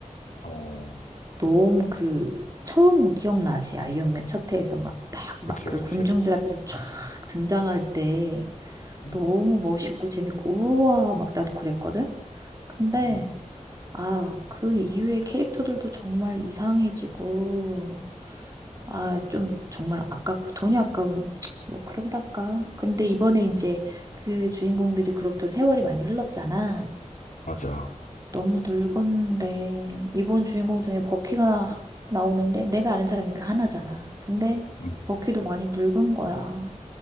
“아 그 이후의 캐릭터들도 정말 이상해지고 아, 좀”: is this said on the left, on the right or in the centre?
Right